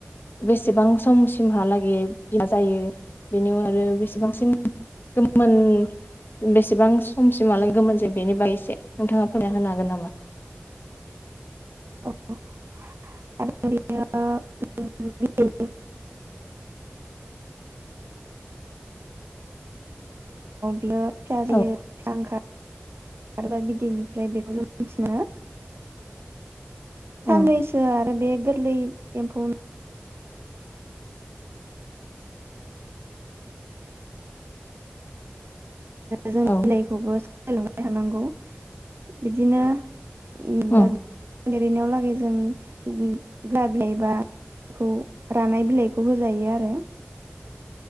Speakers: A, on the left; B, on the right.
A: बेसेबां समसिमहालागै बिमा जायो बेनि उनाव आरो बेसेबांसिम गोमोन बेसेबां समसिमालागै गोमोन जायो बेनि बागै एसे नोंथाङा फोरमायना होनो हागोन नामा?
B: औ <unintelligible> फिसा जोयो फिसा
A: औ
B: ओंखार आरोबा बिदैनिफ्राय बेखौ जों मिथिनो साननैसो
A: औ
B: आरो बेे गोरलै एम्फौन <unintelligible> <unintelligible> जों
A: औ
B: बिलाइखौबो लाबाय थानांगौ बिदिनो <unintelligible>
A: उम
B: लिरहैनायाव लागै जों उम गाबिलाइ बाखौ रानाय बिलाइखौ होजायो आरो